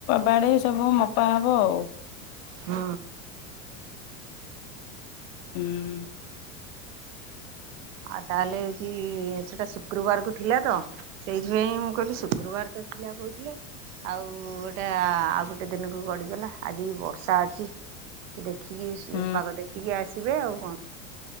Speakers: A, on the left; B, on the right.
A: ବାଡ଼ି ସବୁ ମପା ହବ ଆଉ।
B: ହୁଁ।
A: ହୁଁ।
B: ଆ ତାହେଲେ ହଉଚି ସେଟା ସୁ କ୍ରୁବାର କୁ ଥିଲା ତ ସେଇଥିପାଇଁ ମୁଁ କହିଲି ଶୁକ୍ରୁବାର ତ ଥିଲା କହୁଥିଲେ। ଆଉ ଗୋଟା ଆଉ ଗୋଟେ ଦିନକୁ ଗଡ଼ିଗଲା ଆଜି ବର୍ଷା ଅଛି। ଦେଖିକି
A: ହୁଁ।
B: ପାଗ ଦେଖିକି ଆସିବେ ଆଉ କଣ।